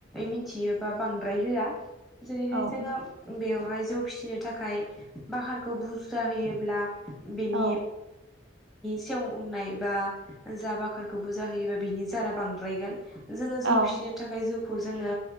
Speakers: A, in the centre; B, on the right.
A: मिथियोबा बांद्राय होआ। जेरैहाय
B: औ
A: जोङो बेयाव। बेहाय जौ फिसिनो थाखाय बाखारखौ बुरजा होयोब्ला। बेनि
B: औ
A: सेवनाय बा जाबाख बाखारखौ बुजा होयोब्ला बिनि जारा बांद्रायोन। जों
B: औ
A: जौ फसिनो थाखाय <unintelligible> जोङो